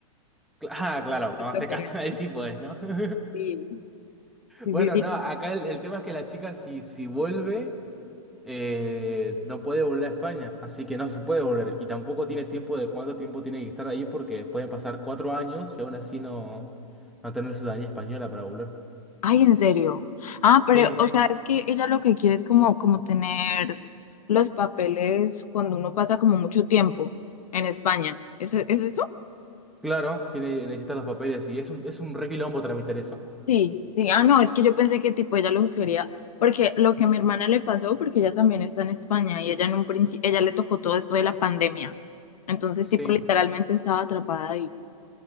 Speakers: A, in the centre; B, on the left.
A: <laughs> Cla- Ah, claro,
B: <laughs>
A: cuando
B: Los documentos.
A: se casen ahí sí podés, ¿no? <laughs>
B: Sí, sí,
A: Bueno,
B: sí, sí.
A: no,
B: no.
A: acá el, el tema es que la chica si, si vuelve, eh, no puede volver a España, así que no se puede volver. Y tampoco tiene tiempo de cuánto tiempo tiene que estar ahí porque pueden pasar cuatro años y aún así no, no tener ciudadanía española para volver.
B: Ay, en serio. Ah, pero,
A: Sí,
B: o sea, es que ella lo que quiere es como, como tener los papeles cuando uno pasa como mucho tiempo en España. ¿Es, es eso?
A: claro, tiene, necesita los papeles y es un, es un re quilombo tramitar eso.
B: Sí, sí, ah, no, es que yo pensé que tipo ella lo juzgaría, porque lo que a mi hermana le pasó, porque ella también está en España y ella en un principio, ella le tocó todo esto de la pandemia, entonces
A: Sí,
B: tipo literalmente estaba atrapada ahí.